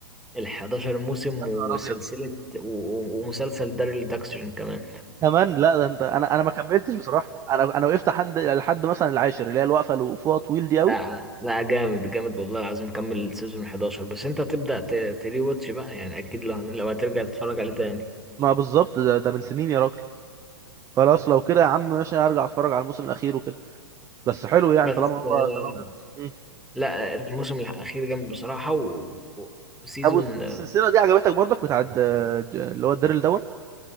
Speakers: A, in the centre; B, on the right.
A: ال 11 موسم
B: انا نهار
A: وسلسله
B: ابيض
A: و- و- ومسلسل داريل داكسون كمان
B: كمان لا ده انت انا انا ما كملتش بصراحه انا انا وقفت لحد لحد مثلا العاشر اللي هي الوقفه اللي وقفوها طويل دي قوي
A: لا لا جامد جامد والله العظيم كمل سيزون 11 بس انت هتبدأ ت- تري واتش بقى يعني اكيد لو لو هترجع تتفرج عليه تاني
B: ما بالظبط ده, ده من سنين يا راجل خلاص لو كده يا عم ماشي ارجع اتفرج على الموسم الاخير وكده بس حلو يعني
A: بس
B: طالما هو
A: آه،
B: طالما كده مم.
A: لا الموسم الاخير جامد بصراحة و- و- وسيزون
B: طب والس- والسلسله دي عجبتك برضك بتاعت آه، ج- اللي هو الديرل دون